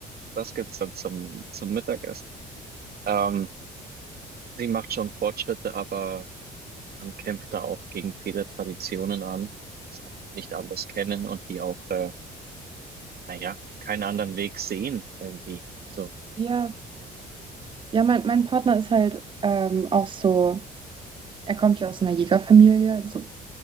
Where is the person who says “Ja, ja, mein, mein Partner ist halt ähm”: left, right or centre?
Right